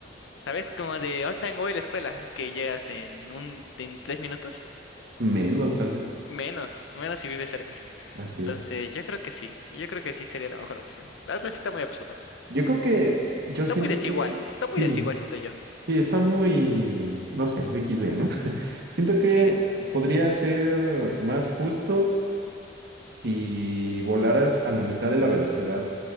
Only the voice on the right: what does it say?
Menos, tal vez.
Así
es.
Yo creo que, yo
siento
que,
sí,
sí, está muy, no sé, XD, ¿no? <laughs> Siento que
podría ser más justo si volaras a la mitad de la velocidad